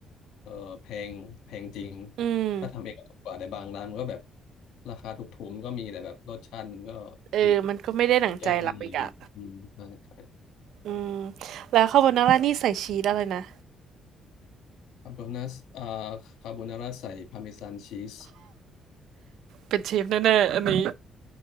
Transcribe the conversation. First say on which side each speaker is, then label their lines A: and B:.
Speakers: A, on the left; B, on the right.
A: เออแพงแพงจริง
B: อืม
A: ถ้าทำเองก็ถูกกว่าแต่บางร้านมันก็แบบราคาถูกๆมันก็มีแต่แบบรสชาติมันก็
B: เออมันก็ไม่ได้หนังใจเราอีกอ่ะ
A: อีกเรื่องหนึงอย่างเงี้ยอืมใช่ใช่
B: อืมแล้วคาโบนาร่านี่ใส่ชีสอะไรนะ
A: คาโบนาอ่าคาโบนาร่าใส่พาร์เมซานชีส
B: เป็นชีสแน่ๆอันนี้